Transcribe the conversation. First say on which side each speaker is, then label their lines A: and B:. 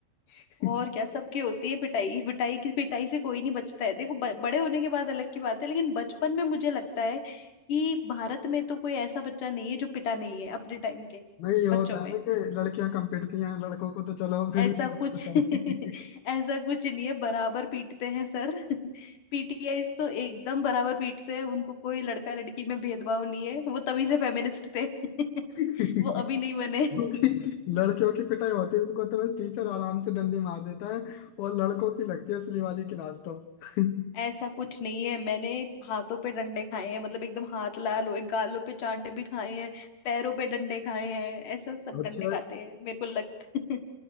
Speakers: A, on the left; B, on the left.
A: <laughs>
B: और क्या सबकी होती है पिटाई पिटाई की पिटाई से कोई नहीं बचता है देखो ब, बड़े होने के बाद अलग की बात है लेकिन बचपन में मुझे लगता है कि भारत में तो कोई ऐसा बच्चा नहीं है जो पिटा नहीं है अपने टाइम के
A: नहीं ये होता
B: बच्चों में
A: है ना कि लड़कियां कम पिटती हैं लड़कों को तो चलो फिर
B: ऐसा
A: भी तुम्हें
B: कुछ
A: पता
B: <laughs> ऐसा कुछ नहीं है बराबर पीटते हैं सर <laughs> पीटीआईज तो एकदम बराबर पीटते हैं उनको कोई लड़का लड़की में भेदभाव नहीं है वो तभी से फेमिनिस्ट थे <laughs>
A: है <laughs>
B: वो अभी नहीं बने
A: क्योंकि
B: <laughs>
A: लड़कियों की पिटाई होती है उनको तो बस टीचर आराम से डंडी मार देता है और लड़कों की लगती है असली वाली क्लास तो <laughs>
B: ऐसा कुछ नहीं है मैंने हाथों पे डंडे खाए हैं मतलब एकदम हाथ लाल हुए गालों पे चांटे भी खाए हैं पैरों पे डंडे खाए हैं ऐसा सब
A: अच्छा
B: डंडे खाते हैं मेरे को लग <laughs>